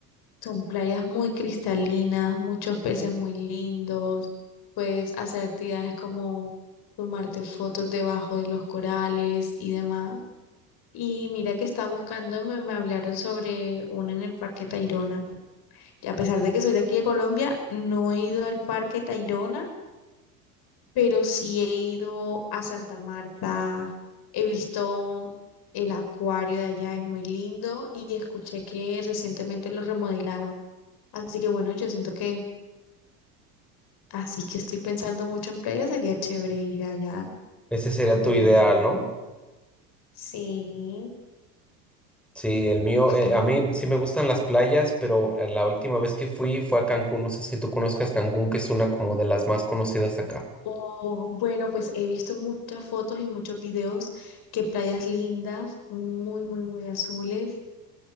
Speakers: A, on the left (about 50°); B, in the centre.
A: son playas muy cristalinas, muchos peces muy lindos. Puedes hacer actividades como tomarte fotos debajo de los corales y demás. Y mira que estaba buscando, me, me hablaron sobre una en el Parque Tayrona. Y a pesar de que soy de aquí de Colombia, no he ido al Parque Tayrona pero sí he ido a Santa Marta, he visto el acuario de allá, es muy lindo y escuché que recientemente lo remodelaron. Así que bueno, yo siento que así que estoy pensando mucho en playa, sería chévere ir allá,
B: ese sería
A: nuevamente
B: tu ideal,
A: verlo.
B: ¿no?
A: Sí,
B: Sí, el mío,
A: sí.
B: eh, a mí sí me gustan las playas, pero eh, la última vez que fui fue a Cancún. No sé si tú conozcas Cancún, que es una como de las más conocidas acá.
A: O, bueno, pues he visto muchas fotos y muchos videos que playas lindas, muy, muy, muy azules.